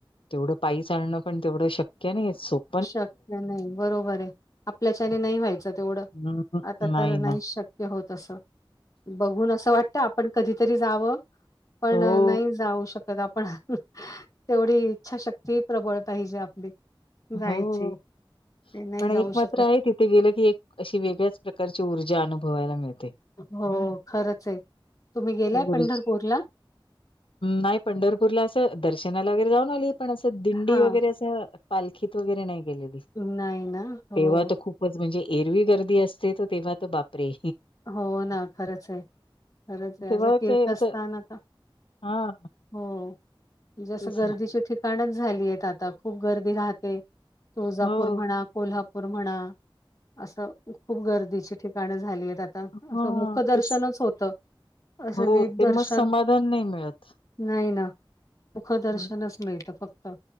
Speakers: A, on the left (about 75°); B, on the left (about 40°).
A: तेवढं पाी चालणं पण तेवढं शक्य नाही सोप
B: शक्य नाही बरोबर आहे आपल्याच्याने नाही व्हायचं तेवढं
A: हं, हं.
B: आता तर नाही
A: ना.
B: शक्य होत अस बघून असं वाटत आपण कधीतरी जावं पण
A: हो,
B: नाही जाऊ शकत आपण तेवढी इच्छाशक्ती प्रबळ पाहिजे आपली जायची.
A: हो
B: ते नाही
A: पण
B: जाऊ
A: एक मात्र
B: शकत.
A: आहे तिथ ते गेलं की एक अशी वेगळ्याच प्रकारची ऊर्जा अनुभवायला मिळते
B: हो खरंच आहे तुम्ही गेलाय
A: ती ऊर्जा
B: पंढरपूर ला
A: नाही पंढरपूरला असं दर्शनाला वगैरे जाऊन आली. पण असं दिंडी
B: हां.
A: वगैरे असं पालखीत वगैरे नाही गेलेली
B: नाही ना? हो.
A: तेव्हा तर खूप म्हणजे एरवी गर्दी असते त तेव्हा तो बापरे
B: हो ना खरंच आहे खरंच आहे
A: तेव्हा
B: असं तीर्थस्थान
A: काय असं
B: आता
A: हां,
B: हो जस
A: तेच
B: गर्दीचे
A: ना.
B: ठिकाणच झालीय आता खूप गर्दी राहते. तुळजापूर
A: हो.
B: म्हणा कोल्हापूर म्हणा असं खूप गर्दीची ठिकाण झाली आहेत आ असं
A: हां,
B: मुखदर्शनच
A: तेच.
B: होतं असं
A: हो,
B: नीट
A: ते
B: दर्शन
A: मग समाधान नाही मिळत.
B: नाही ना मुख दर्शनच
A: हं,
B: मिळतं फक्त